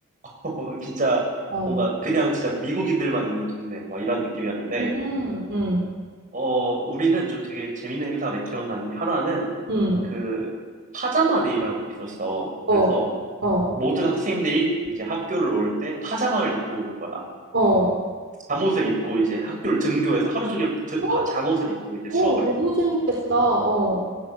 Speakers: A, on the right; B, on the right.
A: 어, 진짜
B: 어.
A: 뭔가 그냥 진짜 미국인들만 있는 동네 막 이런 느낌이었는데
B: 음, 음,
A: 어 우리는 좀 되게 재밌는 행사가 기억나는 게 하나는
B: 음.
A: 그 파자마 데이라고 있었어.
B: 어,
A: 그래서
B: 어,
A: 모든 학생들이 이제 학교를 올 때 파자마를 입고 오는 거야.
B: 어.
A: 잠옷을 입고 이제 학교를 등교해서 하루 종일 드-
B: 헉!
A: 파- 잠옷을 입고 이제
B: 어,
A: 수업을
B: 너무
A: 해.
B: 재밌겠다. 어.